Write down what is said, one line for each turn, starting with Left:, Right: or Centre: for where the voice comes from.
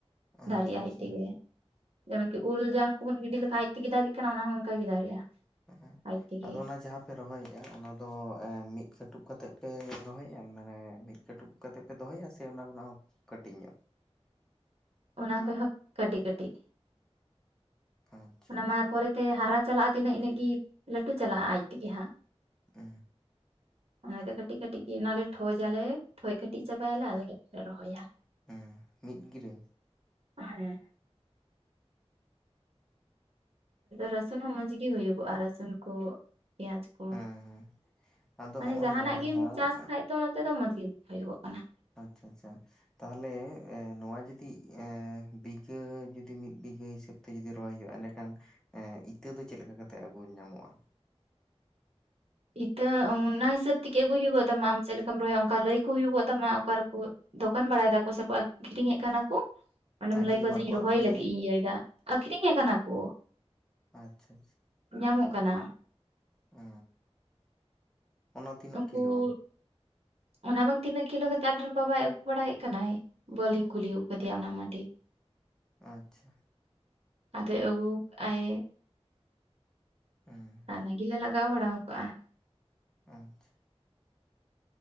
Centre: ᱟᱪᱪᱷᱟ
Right: ᱫᱟᱨᱮ ᱟ
Centre: ᱟᱪᱪᱷᱟ
Right: ᱟᱡ ᱛᱮᱜᱮ। ᱡᱮᱢᱚᱱᱠᱤ ᱩᱞ ᱡᱟᱝ ᱠᱚᱵᱚᱱ ᱜᱤᱰᱤ ᱞᱮᱠᱟᱱ ᱟᱡ ᱛᱮᱜᱮ ᱫᱟᱲᱮᱜ ᱠᱟᱱᱟ ᱚᱱᱟ ᱦᱚᱸ ᱚᱱᱠᱟᱜᱮ ᱫᱟᱨᱮᱜᱼᱟ᱾
Centre: ᱦᱮ
Right: ᱟᱡ ᱛᱮᱜᱮ
Centre: ᱟᱫᱚ ᱚᱱᱟ ᱡᱟᱦᱟᱸ ᱯᱮ ᱨᱚᱦᱚᱭᱮᱼᱟ ᱚᱱᱟ ᱫᱚ ᱮ ᱢᱤᱫ ᱠᱟᱹᱴᱩᱵ ᱠᱟᱛᱮ ᱯᱮ ᱨᱚᱦᱚᱭᱮᱼᱟ ᱢᱟᱱᱮ ᱢᱤᱫ ᱠᱟᱹᱴᱩᱵ᱾ ᱠᱟᱛᱮᱜ ᱯᱮ ᱫᱚᱦᱚᱭᱟ ᱥᱮ ᱚᱱᱟ ᱠᱷᱚᱱᱟᱜ ᱦᱚᱸ ᱠᱟᱴᱤᱡᱧᱚᱜ?
Right: ᱚᱱᱟ ᱠᱚᱦᱚ ᱠᱟᱹᱴᱤᱡ ᱠᱟᱹᱴᱤᱡ
Centre: ᱟᱪᱪᱷᱟ
Right: ᱚᱱᱟ
Centre: ᱟᱪᱪᱷᱟ
Right: ᱢᱟ ᱯᱚᱨᱮ ᱼᱼ ᱛᱮ ᱦᱟᱨᱟ ᱪᱟᱞᱟᱜᱼᱟ ᱛᱤᱱᱟᱹᱜ ᱤᱱᱟᱹᱜ ᱜᱮ ᱞᱟᱹᱴᱩ ᱪᱟᱞᱟᱜᱼᱟ ᱟᱡ ᱛᱮᱜᱮ ᱦᱟᱸᱜ।
Centre: ᱳ
Right: ᱚᱱᱟᱫᱚ ᱠᱟᱹᱴᱤᱡ ᱠᱟᱹᱴᱤᱡ ᱜᱮ ᱚᱱᱟᱞᱮ ᱴᱷᱚᱡᱟᱞᱮ ᱴᱷᱚᱡ ᱠᱟᱹᱴᱤᱡ ᱪᱟᱵᱟᱭᱟᱞᱮ ᱟᱫᱚ ᱞᱮ ᱨᱚᱦᱚᱭᱟᱞᱮ᱾
Centre: ᱦᱮᱸ ᱢᱤᱫ ᱜᱤᱨᱟᱹ?
Right: ᱦᱮᱸ ᱨᱟᱹᱥᱩᱱ ᱦᱚᱸ ᱢᱚᱸᱡᱽ ᱜᱮ ᱦᱩᱭᱩᱜᱚᱜᱼᱟ ᱨᱟᱥᱩᱱ ᱠᱚ ᱯᱮᱸᱭᱟᱡ ᱼᱼ ᱠᱚ
Centre: ᱦᱮᱸ ᱦᱮᱸ ᱟᱫᱚ
Right: ᱢᱟᱱᱮ
Centre: ᱦᱚᱜᱼᱚ
Right: ᱡᱟᱦᱟᱱᱟᱜ
Centre: ᱱᱟ ᱡᱟᱦᱟᱸ
Right: ᱜᱮᱢ ᱪᱟᱥ ᱠᱷᱟᱡ ᱛᱚ ᱚᱱᱟ ᱛᱮᱫᱚ ᱢᱚᱡᱽ ᱜᱮ ᱦᱩᱭᱩᱜᱚᱜ ᱠᱟᱱᱟ।
Centre: ᱟᱪᱪᱷᱟ ᱟᱪᱪᱷᱟ ᱛᱟᱦᱚᱞᱮ ᱮᱸ ᱱᱚᱣᱟ ᱡᱩᱫᱤ ᱮᱸ ᱵᱤᱜᱷᱟᱹ ᱡᱩᱫᱤ ᱢᱤᱫ ᱵᱤᱜᱷᱟᱹ ᱦᱤᱥᱟᱹᱵ ᱼᱼ ᱡᱩᱫᱤ ᱨᱚᱦᱚᱭ ᱦᱩᱭᱩᱜᱼᱟ ᱮᱸᱰᱮᱠᱷᱟᱱ ᱮᱸ ᱤᱛᱟᱹ ᱫᱚ ᱪᱮᱫ ᱞᱮᱠᱟ ᱠᱟᱛᱮ ᱟᱹᱜᱩ ᱧᱟᱢᱚᱜᱼᱟ?
Right: ᱤᱛᱟᱹ ᱚᱱᱟ ᱦᱤᱥᱟᱹᱵᱽ ᱛᱮᱜᱮ ᱟᱹᱜᱩᱭ ᱦᱩᱭᱩᱜᱚᱜ ᱛᱟᱢᱟ ᱟᱢ ᱪᱮᱫ ᱞᱮᱠᱟᱢ ᱨᱚᱦᱚᱭᱟ ᱚᱱᱠᱟ ᱞᱟᱹᱭ ᱠᱚ ᱦᱩᱭᱩᱜᱚᱜ ᱛᱟᱢᱟ ᱚᱠᱟ ᱨᱮᱠᱚ ᱼᱻ ᱫᱚᱠᱟᱱ ᱵᱟᱲᱟᱭ ᱫᱟᱠᱚ ᱥᱮᱠᱚ ᱟᱠᱷᱨᱤᱧᱮᱫ ᱠᱟᱱᱟ ᱠᱚ ᱚᱸᱰᱮᱢ
Centre: ᱟᱨ
Right: ᱞᱟᱹᱭ
Centre: ᱡᱩᱫᱤ
Right: ᱟᱠᱣᱟ
Centre: ᱵᱟᱠᱚ
Right: ᱡᱮᱧ ᱨᱚᱦᱚᱭ
Centre: ᱟᱠᱷᱨᱤᱧᱟ
Right: ᱞᱟᱹᱜᱤᱫ ᱤᱧ ᱤᱭᱟᱹᱭᱮᱫᱟ। ᱟᱠᱷᱨᱤᱧᱮ ᱠᱟᱱᱟ ᱠᱚ ᱾
Centre: ᱟᱪᱪᱷᱟ ᱟᱪᱪᱷᱟ
Right: ᱧᱟᱢᱚᱜ ᱠᱟᱱᱟ᱾
Centre: ᱚ ᱚᱱᱟ ᱛᱤᱱᱟᱹᱜ
Right: ᱩᱱᱠᱩ
Centre: ᱠᱤᱞᱳ?
Right: <inaudible> ᱚᱱᱟ ᱵᱟᱝ ᱛᱤᱱᱟᱹᱜ ᱠᱤᱞᱳ ᱠᱟᱛᱮᱜ ᱟᱞᱮᱨᱮᱱ ᱵᱟᱵᱟᱭ ᱟᱹᱜᱩ ᱵᱟᱲᱟᱭᱮᱫ ᱠᱟᱱᱟᱭ ᱵᱟᱹᱞᱤᱧ ᱠᱩᱞᱤ ᱟᱠᱟᱫᱮᱭᱟ ᱚᱱᱟ ᱢᱟ ᱴᱷᱤᱠ ᱾ <inaudible>
Centre: ᱟᱪᱪᱷᱟ
Right: ᱟᱫᱚ ᱟᱹᱜᱩ ᱠᱟᱜ ᱟᱭ
Centre: ᱦᱩᱸ
Right: ᱚᱱᱟ ᱜᱮᱞᱮ ᱞᱟᱜᱟᱣ ᱵᱟᱲᱟᱣ ᱠᱟᱜ ᱟ
Centre: ᱟᱪᱪᱷᱟ